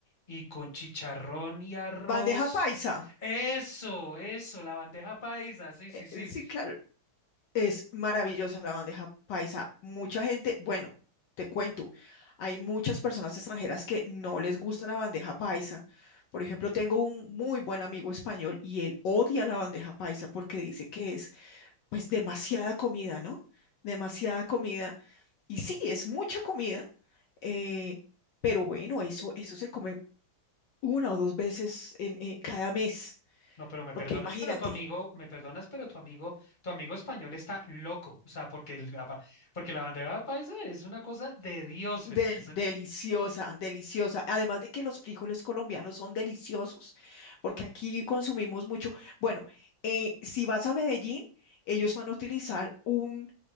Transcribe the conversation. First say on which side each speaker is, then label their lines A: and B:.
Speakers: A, on the left; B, on the left.
A: y con chicharrón y arroz.
B: Bandeja paisa.
A: Eso, eso, la bandeja paisa, sí, sí,
B: Eh,
A: sí.
B: eh, Sí, claro, es maravillosa la bandeja paisa. Mucha gente, bueno, te cuento, hay muchas personas extranjeras que no les gusta la bandeja paisa. Por ejemplo, tengo un muy buen amigo español y él odia la bandeja paisa porque dice que es pues demasiada comida, ¿no? Demasiada comida. Y sí, es mucha comida, eh, pero bueno, eso, eso se come una o dos veces en, en cada mes,
A: No, pero me
B: porque
A: perdonas,
B: imagínate.
A: pero tu amigo, me perdonas, pero tu amigo, tu amigo español está loco, o sea, porque el, apa- porque la bandeja paisa es una cosa de dioses,
B: Del- deliciosa, deliciosa. Además de que los frijoles colombianos son deliciosos, porque aquí consumimos mucho. Bueno, eh, si vas a Medellín, ellos van a utilizar un